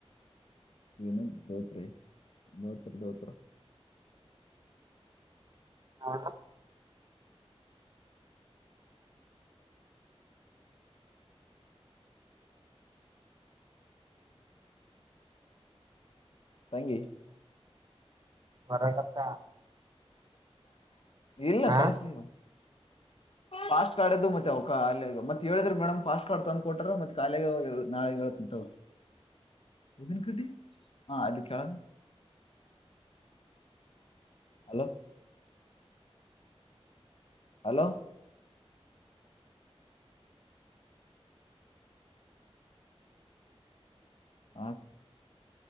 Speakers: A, on the left (about 60°); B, on the right (about 40°).
A: ವಿನ ಧೋತ್ರ ೋತ್ರ ೋತ್ರ
B: ಹಾ
A: ತಂಗಗೆ
B: ಹೊರಗತ್ತ
A: ಇಲ್ಲ
B: ಹಾ
A: ಕಲಸವು ಪಾಸ್ಟ್ ಕಾರ್ಡ್್ದು ಮತ್ತೆ ಅವಕಾಲ ಮತ್ತ ಹೇಳಿದ್ರ ಮೇಡಮ್ ಪಾಸ್ಟ್ ಕಾರ್ಡ್ ತಂದ ಕೊಟ್ರ ಮತ್ತೆ ಕಾಲ ನಾಳೆ ಹೇಳ್ತಂತ ಹದಿನ ಕಟ್ಟಿ ಹ ಅಲ್ಲಿ ಕಳ ಹಲೋ ಹಲೋ ಹ